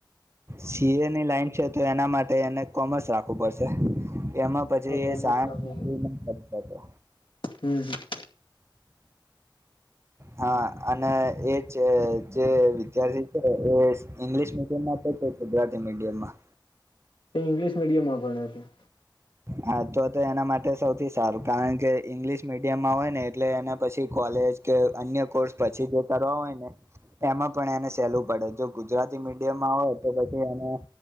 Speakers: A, on the right; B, on the left.
A: સી એ ની લાઈન છે તો એના માટે એને કોમર્સ રાખવું પડશે. એમાં પછી
B: કોમર્સ
A: સાયસ
B: રાખવું
A: હતો
B: પડે હમ હમ
A: હા અને એજ જે વિદ્યાર્થી છે એ ઇંગ્લિશ મીડિયમ માં તો ગુજરાતી મીડિયમમાં.
B: તે ઇંગ્લિશ મીડિયમમાં ભણ્યા છે.
A: હા તો તો એના માટે સૌથી સારું કારણ કે ઈંગ્લિશ મીડિયમમાં હોય ને એટલે એને પછી કોલેજ કે અન્ય કોર્સ પછી જે કરવા હોય ને એમાં પણ એને સહેલું પડે જો ગુજરાતી મીડિયમમાં હોય તો પછી એને